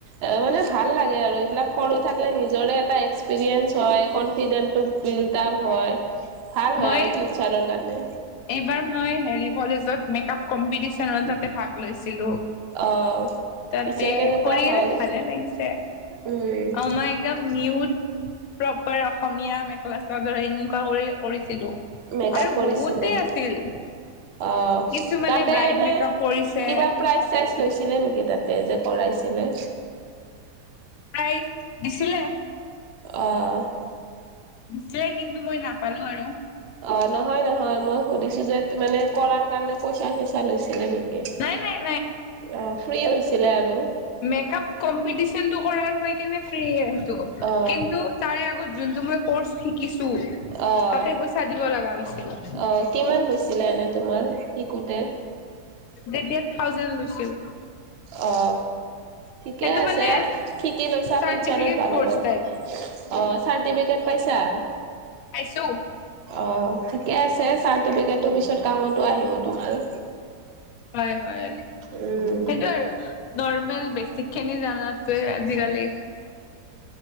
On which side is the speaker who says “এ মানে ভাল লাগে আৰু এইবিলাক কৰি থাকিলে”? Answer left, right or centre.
Right